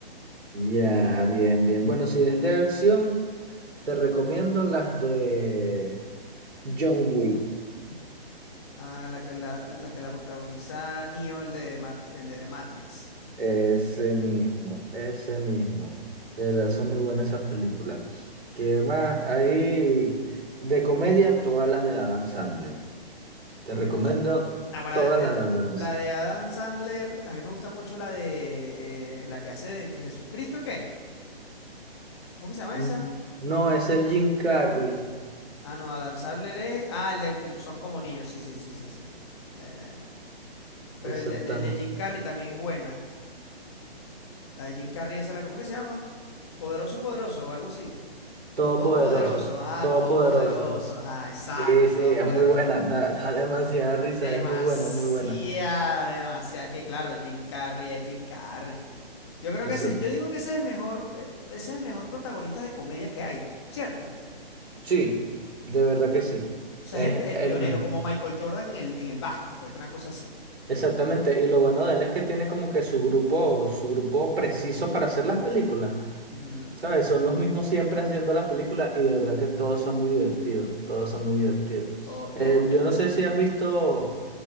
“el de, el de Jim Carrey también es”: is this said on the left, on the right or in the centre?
Left